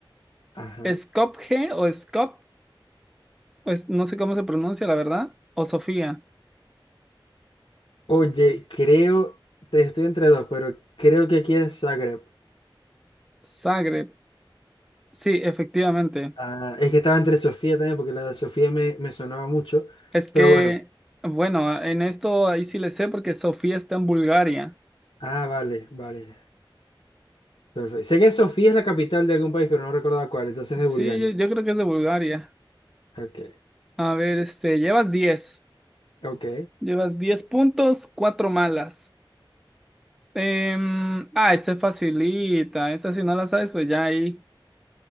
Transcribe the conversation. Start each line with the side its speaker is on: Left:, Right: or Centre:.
Left: Ajá.
Centre: Skopje o Skop, pues no sé cómo se pronuncia, la verdad. O Sofía.
Left: Oye, creo, te- estoy entre dos, pero creo que aquí es Zagreb.
Centre: Zagreb. Sí, efectivamente.
Left: Ah, es que estaba entre Sofía también, porque la de Sofía me, me sonaba mucho.
Centre: Es que,
Left: Pero bueno.
Centre: bueno, en esto ahí sí le sé porque Sofía está en Bulgaria.
Left: Ah, vale, vale. Perfecto. Sé que Sofía es la capital de algún país, pero no recordaba cuál. Entonces es de
Centre: Sí,
Left: Bulgaria.
Centre: yo, yo creo que es de Bulgaria.
Left: Ok,
Centre: A ver, este, llevas 10
Left: ok.
Centre: Llevas 10 puntos, 4 malas. Em, ah, esta es facilita. Esta si no la sabes, pues ya ahí